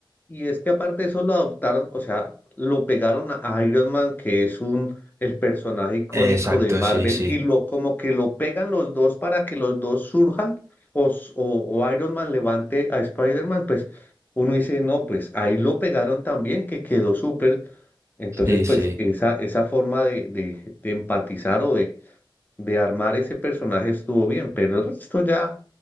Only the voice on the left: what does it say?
Y es que aparte de eso lo adoptaron, o sea, lo pegaron a a Iron Man, que es un el personaje icónico
de Marvel,
y lo como que lo pegan los dos para que los dos surjan, o, s- o, o Iron Man levante a Spider-Man, pues uno dice, no, pues ahí lo pegaron también, que quedó súper. Entonces,
pues
esa, esa forma de, de, de empatizar o de, de armar ese personaje estuvo bien, pero el resto ya